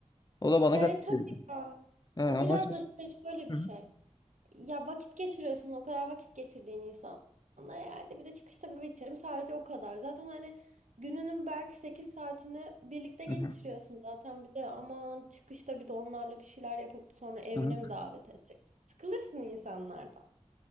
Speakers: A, on the left; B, on the right.
A: O da bana
B: Ya
A: garip
B: e, tabii
A: geliyor.
B: ya.
A: He, ama
B: O biraz
A: şey-
B: da şey şöyle bir
A: Hı
B: şey.
A: hı.
B: Ya vakit geçiriyorsun o kadar vakit geçirdiğin insanla Ya hadi bir de çıkışta bir içerim sadece o kadar. Zaten hani gününün belki 8 saatini birlikte geçiriyorsun
A: Hı hı.
B: zaten. Bir de aman çıkışta bir de onlarla bir şeyler yapıp sonra evine
A: Hı hı.
B: mi davet edeceksin? Sıkılırsın insanlardan.